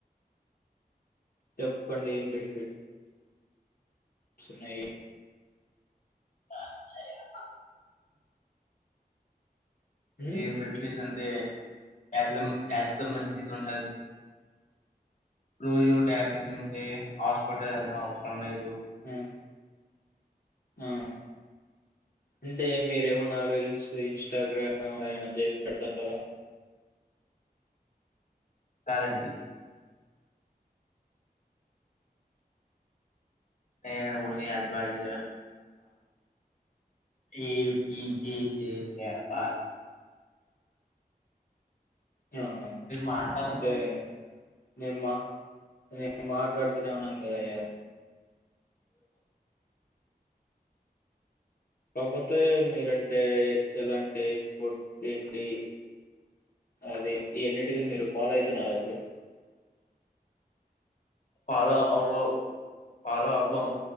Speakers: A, on the left; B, on the left.
A: చెప్పండీ ఏం బెన్ఫిట్ ఉన్నాయీ
B: ఇంకా అది గాక
A: ఉమ్
B: ఏం బెన్ ఫీస్ అంతె బెల్లమ్ ఎల్ ఎంత మంచిగుంటద్
A: ఉమ్
B: రోజూ వొగటి యాపిల్ తింటే హాస్పిటల్ ఎళ్లడం అవసరం లేదు
A: ఆ ఆ అంటే మీరేమన్ నా రీల్స్ ఇన్స్టాగ్రామ్ ఏమైనా జేసి పెడుతంటారా
B: కాదండీ ఆ ఓన్లీ అడ్వైజు ఈ పిజికెకే <unintelligible>
A: ఆ
B: మాట్లాడదు
A: అంటే నెమ్మా నేనెమ్ మాట్లాడుతూనే ఉన్నాను కదా అయ్యా కాకపోతే మీరంటే ఎలాంటి ఫుడ్ తింటి అది ఇ అన్నిటిని మీరు ఫాలో అవుతున్నార అసలు
B: ఫాలో అవ్వం పాలో అబ్బం